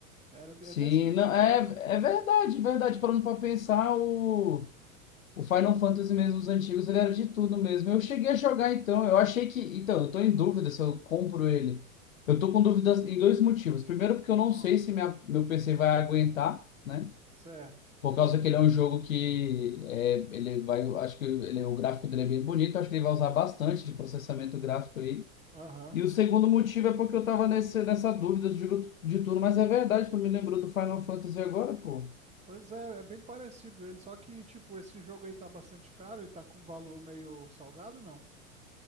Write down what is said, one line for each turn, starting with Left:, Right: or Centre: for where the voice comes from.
Right: Era, de-
Left: Sim,
Right: é desse estilo
Left: não, é,
Right: aí.
Left: é verdade, verdade. Parando pra pensar, o, o Final Fantasy mesmo, os antigos, ele era de tudo mesmo. Eu cheguei a jogar então, eu achei que. Então, eu tô em dúvida se eu compro ele. Eu tô com dúvidas em dois motivos. Primeiro, porque eu não
Right: Ó,
Left: sei se minha, meu PC vai aguentar, né?
Right: certo.
Left: Por causa que ele é um jogo que é, ele vai, eu acho que ele, o gráfico dele é bem bonito, acho que ele vai usar bastante de processamento gráfico aí.
Right: Aham.
Left: E o segundo motivo é porque eu tava nesse, nessa dúvida de, de tudo mas é verdade, tu me lembrou do Final Fantasy agora, pô.
Right: Pois é, é bem parecido ele, só que tipo, esse jogo aí tá bastante caro, ele tá com um valor meio salgado, não?